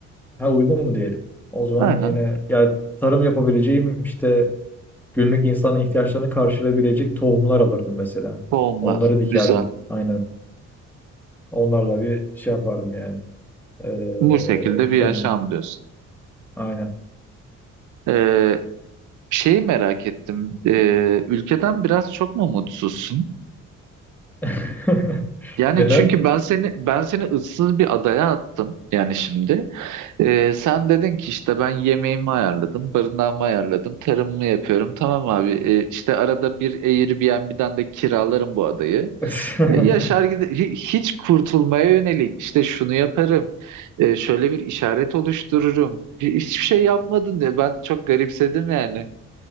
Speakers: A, in the centre; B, on the right (about 80°).
A: ha uygun mu diyelim? O zaman
B: Aynen.
A: yine ya tarım yapabileceğim işte Günlük insanın ihtiyaçlarını karşılayabilecek tohumlar alırdım mesela.
B: Olmaz.
A: Onları dikerdim.
B: Güzel.
A: Aynen. Onlarla bir şey yapardım yani. Ee,
B: Bu şekilde bir
A: kendimi.
B: yaşam diyorsun.
A: Aynen.
B: Ee, şeyi merak ettim. Ee, ülkeden biraz çok mu mutsuzsun?
A: <laughs>
B: Yani
A: Neden?
B: çünkü ben seni ben seni ıssız bir adaya attım yani şimdi. Ee, sen dedin ki işte ben yemeğimi ayarladım, barınağımı ayarladım, tarımımı yapıyorum. Tamam abi, e, işte arada bir Airbnb'den de kiralarım bu adayı.
A: <laughs>
B: E, Yaşar gide hi- hiç kurtulmaya yönelik işte şunu yaparım, e, şöyle bir işaret oluştururum. Hi- Hiçbir şey yapmadın diye ben çok garipsedim yani.